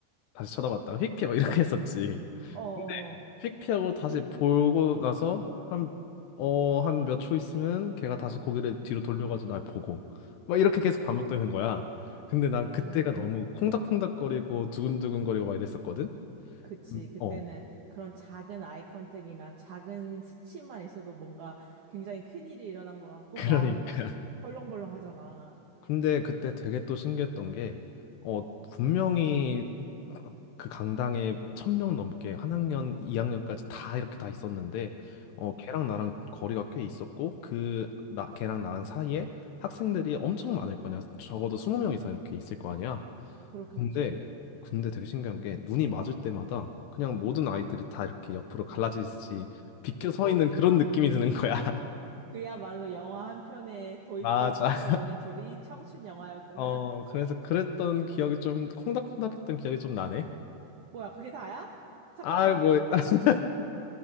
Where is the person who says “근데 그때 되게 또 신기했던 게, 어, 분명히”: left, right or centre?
Left